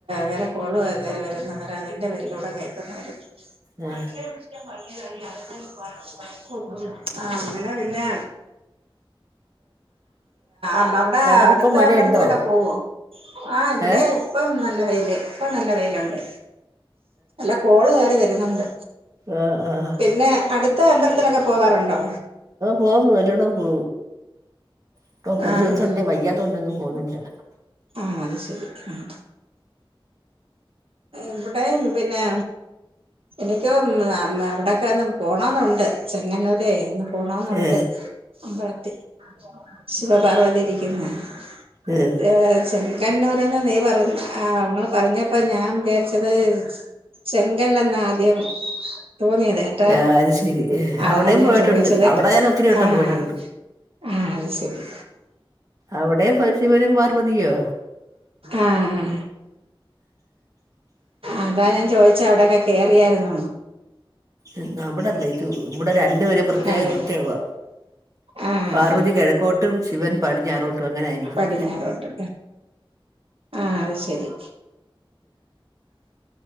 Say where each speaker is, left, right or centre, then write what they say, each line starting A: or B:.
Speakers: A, on the right; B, on the right.
A: വേറെ കോള് വരുന്നവതിന്റെ പേരിലോ <unintelligible>
B: ആ
A: ആഹ് അങ്ങനെ പിന്നെ മ്മടെ
B: അവിടെ
A: അടുത്ത
B: ഇപ്പൊ മഴയുണ്ടോ
A: അഹ് ഇക്കെ പോവോ ആഹ് ഇവിടെ
B: ഏ
A: ഇപ്പം നല്ല വൈയില് ഇപ്പ നല്ല വെയിലുണ്ട് നല്ല കോള് കയറി വരുന്നുണ്ട്
B: ആഹ് ആഹ്
A: പിന്നെ അടുത്ത അമ്പലത്തിലൊക്കെ പോവാറുണ്ടോ
B: പോകുന്നു അല്ലടാ പോ ഇപ്പൊ കൊറച്ച
A: ആഹ്
B: ദിവസം ഉണ്ട് വയ്യാത്ത കൊണ്ട്ങ്ങ് പോകുന്നില്ല
A: ആഹ് അത് ശരി ഉം ഇവിടെ പിന്നെ എനിക്കും അവിടെക്കെ ഒന്ന് പോണന്നുണ്ട് ചെങ്ങന്നൂരെ പോണന്നുണ്ട്
B: ഏ
A: അമ്പലത്തി ശിവപാർവതി ഇരിക്കുന്ന <inaudible>
B: ഏ
A: ചെകന്നൂർന്ന് നീ പറഞ്ഞ ആഹ് ഇങ്ങള് പറഞ്ഞപ്പ ഞാൻ വിചാരിച്ചത് ചെങ്കല്ലെന്ന ആദ്യം തോന്നിയത ട്ട്
B: ആ അത് ശരി
A: അതാ
B: അവിടെയും
A: ഞാൻ
B: പോയിട്ടുണ്ട്
A: ചോദിച്ചത്
B: അവിടെ ഞാൻ ഒത്തിരി വട്ടം
A: ആഹ്
B: പോയിട്ടുണ്ട്
A: ആഹ് അത് ശരി
B: അവിടെ ശിവനും പാർവതിയോ
A: ആഹ് അതാ ഞാൻ ചോദിച്ചെ അവിടൊക്കെ കേറിയായിരുന്നോന്ന്
B: ഉം അവിടല്ലേ ഇത് ഇവിടെ രണ്ടുപേരും പ്രത്യേക
A: ആഹ്
B: പ്രത്യേകവാ
A: ആഹ്
B: പാർവതി
A: ആഹ്
B: കെഴക്കോട്ടും ശിവൻ പടിഞ്ഞാറോട്ടും അങ്ങനെ ഇരിക്കുന്നെ
A: പടിഞ്ഞാറോട്ട് ആഹ് അത് ശരി